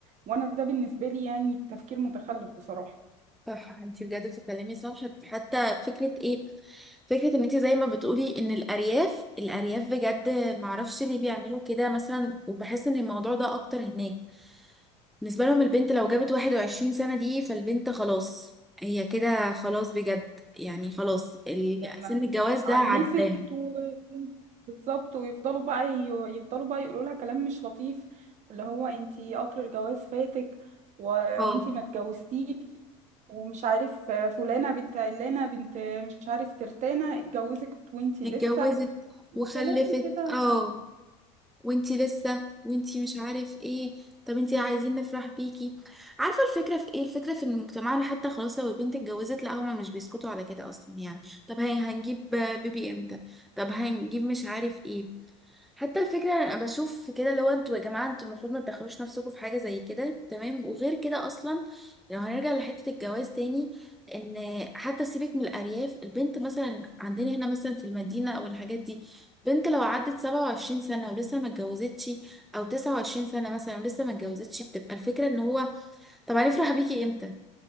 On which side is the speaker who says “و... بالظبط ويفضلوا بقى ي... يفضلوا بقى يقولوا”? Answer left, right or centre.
Right